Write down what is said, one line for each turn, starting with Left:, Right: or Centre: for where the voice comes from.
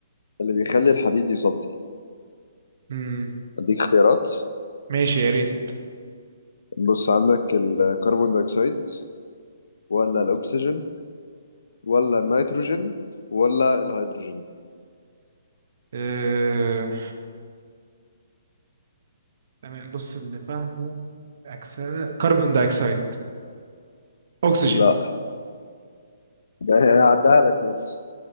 Left: اللي بيخلي الحديد يصدي
Right: مم.
Left: أديك اختيارات
Right: ماشي يا ريت
Left: بص عندك الكربون دايوكسيد ولا الأكسجين ولا النيتروجين ولا الهيدروجين
Right: آه، تمام بص اللي فاهمه أكسا كربون دايوكسيد أكسجين
Left: لا ده انا هعديها لك بس